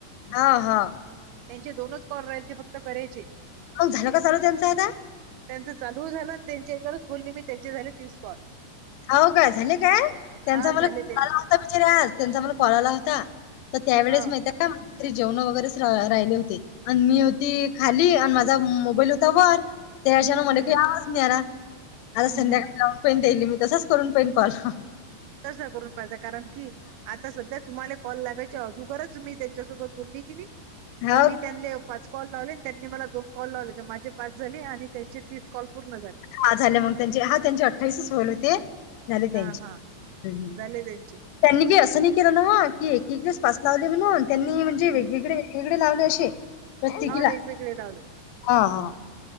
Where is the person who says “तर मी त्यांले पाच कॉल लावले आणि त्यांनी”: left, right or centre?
Right